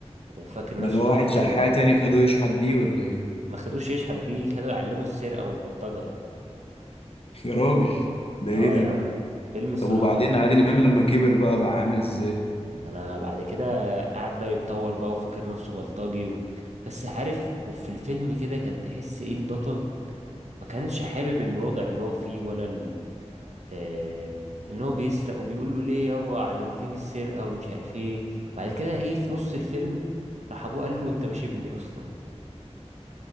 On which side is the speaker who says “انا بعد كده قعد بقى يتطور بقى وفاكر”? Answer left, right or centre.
Right